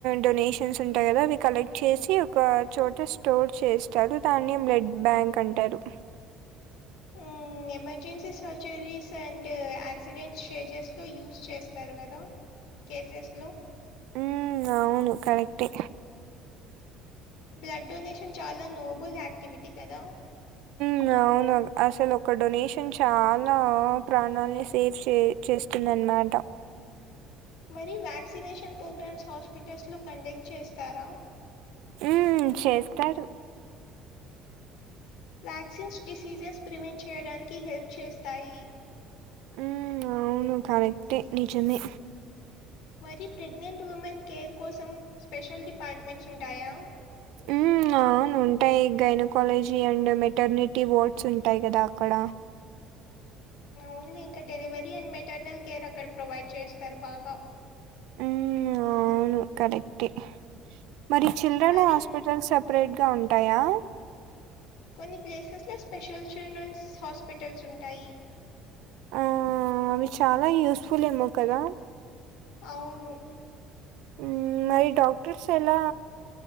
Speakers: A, on the right; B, on the left.
A: డొనేషన్స్ ఉంటాయి కదా అవి కలెక్ట్ చేసి ఒక చోట స్టోర్ చేస్తారు దాన్ని బ్లడ్ బ్యాంక్ అంటారు
B: ఊ emergency surgeries and accidents stages లో యూస్ చేస్తారు గదా కేసెస్ లో
A: ఉ అవును కరెక్టే
B: బ్లడ్ డొనేషన్ చాలా నోబల్ యాక్టివిటీ కదా
A: అ అవునా అసలు ఒక డొనేషన్ చాలా ప్రాణాలని సేఫ్ చే చేస్తుందన్నమాట
B: మరి వ్యాక్సినేషన్ ప్రోగ్రామ్స్ హాస్పిటల్స్లో కండక్ట్ చేస్తారా
A: ఉమ్ చేస్తారు
B: వ్యాక్సిన్స్ డిసీజెస్ ప్రివెంట్ చేయడానికి హెల్ప్ చేస్తాయి
A: ఊమ్ ఆవును కరెక్టే నిజమే
B: మరి ప్రెగ్నెంట్ ఉమెన్ కేర్ కోసం స్పెషల్ డిపార్ట్మెంట్స్ ఉంటాయా
A: హ్మ్ అవును ఉంటాయి గైనోకాలజీ అండ్ మెటర్నిటీ వార్డ్స్ ఉంటాయి కదా అక్కడ
B: ఓన్లీ ఇంకా డెలివరీ అండ్ మెటర్నల్ కేర్ అక్కడ ప్రొవైడ్ చేస్తారు బాగా
A: ఉమ్ అవును కరెక్టే మరి చిల్డ్రన్
B: మరి
A: హాస్పి హాస్పిటల్స్ సపరేట్ గా ఉంటాయా
B: కొన్ని ప్లేసెస్ లో స్పెషల్ చిల్డ్రన్స్ హాస్పిటల్స్ ఉంటాయి
A: ఆ అవి చాలా యూస్ఫుల్ ఏమో కదా
B: అవును
A: ఉమ్ మరి డాక్టర్స్ ఎలా